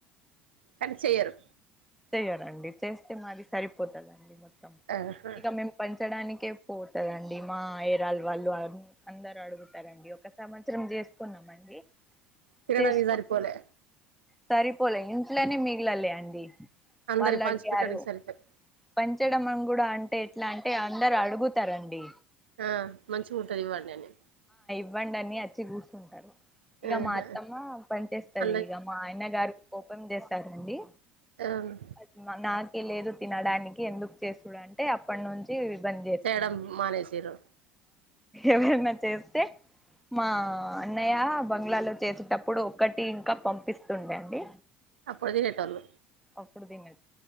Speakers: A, on the right; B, in the centre.
A: కనిచేయరు
B: చెయాలండి చేస్తే మాది సరిపోతదండి. మొత్తం
A: ఆహా
B: ఇక మేము పంచడానికి ఎం పోతారండి మా ఏరాల వాళ్ళు అందరు అడుగుతారండి ఒక సంవత్సరం చేస్త కున్నామండి
A: తినడానికి
B: తీసుకుంటే
A: సరిపోలే
B: సరిపోలే ఇంటిట్లోనే మిగిలలే అండి
A: అందరికి
B: వాళ్ళు
A: పంచి
B: అడిగారు
A: పెట్టడానికి సరిపోయి
B: పంచడమన్ కూడా అం టే ఎట్లా అంటే అందరు అడుగుతారండి
A: ఆ మంచి ఉంటది ఇవ్వండి అన్ని
B: ఇవ్వండన్ని అచ్చి కుర్చుంటారు ఇగ
A: ఆహా
B: మా అత్తమ్మ పని చేస్తది
A: అందరికి
B: ఇగ మా ఆయన్న గారు కోపం చేస్తారండి
A: అవును
B: అది నాకే లేదు తినడానికి ఎందుకు చేసుడు అంటే అప్పటి నుంచి బంద్ చేసుకున్నాం
A: చేయడం మానేసిరు
B: ఎవరన్నా చేస్తే మా అన్నయ్య బంగ్లాలో చేసేటప్పుడు ఒక్కటి ఇంకా పంపిస్తుండే అండి
A: అప్పుడు తినేటోలు
B: అప్పుడు తిన్న